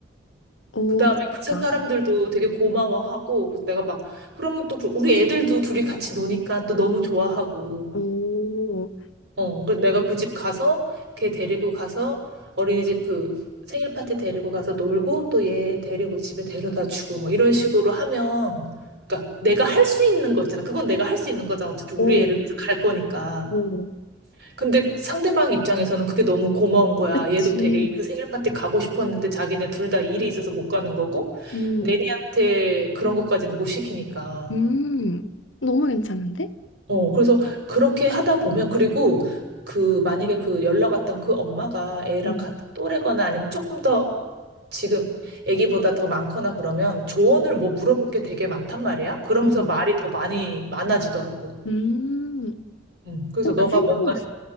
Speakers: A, on the left; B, on the right.
A: 오,
B: 그다음에
A: 진짜.
B: 그 사람들도 되게 고마워하고 내가 막 그러면 또 그- 우리 애들도 둘이 같이 노니까 또 너무 좋아하고
A: 오.
B: 어, 그 내가 그 집 가서 걔 데리고 가서 어린이집 그 생일 파티 데리고 가서 놀고 또 얘 데리고 집에 데려다 주고 뭐 이런 식으로 하면 그러니까 내가 할 수 있는 거 있잖아. 그건 내가 할 수 있는 거잖아. 어차피 우리
A: 오,
B: 애를 위해서 갈 거니까.
A: 오.
B: 근데 상대방 입장에서는 그게 너무 고마운 거야.
A: 그치.
B: 얘도 되게 그 생일 파티 가고 싶었는데 자기네 둘 다 일이 있어서 못 가는 거고
A: 음,
B: 내니한테 그런 것까지는 못 시키니까.
A: 음. 너무 괜찮은데?
B: 어, 그래서 그렇게 하다 보면, 그리고 그, 만약에 그 연락 왔던 그 엄마가 애랑
A: 음,
B: 같은 또래거나 아니면 조금 더 지금 애기보다 더 많거나 그러면 조언을 뭐 물어볼 게 되게 많단 말이야. 그러면서
A: 음.
B: 말이 더 많이, 많아지더라고.
A: 음, 음.
B: 음, 그래서
A: 어,
B: 너가
A: 나 생각났어.
B: 뭔가를,